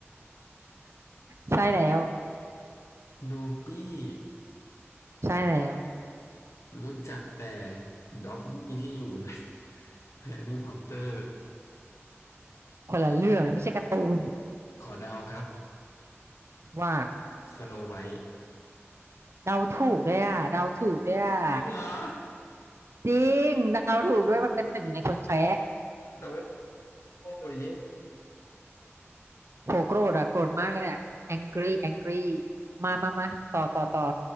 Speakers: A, on the right (about 65°); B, on the left (about 80°).
A: ใช่แล้ว
B: โดปี้
A: ใช่แล้ว
B: รู้จักแต่ด็อบบี้ที่อยู่ในแฮร์รี่พอตเตอร์
A: คนละเรื่องนะไม่ใช่การ์ตูน
B: ขอเดาครับ
A: ว่า
B: สโนไวท์
A: เดาถูกด้วยอ่ะเดาถูกด้วยอ่ะ
B: จริงเหรอ
A: จริงเดาถูกด้วยมันเป็นหนึ่งในคนแคระ
B: โอ้เย้
A: โหโกรธอ่ะโกรธมากเลยอ่ะ angry angry มามามาต่อต่อต่อ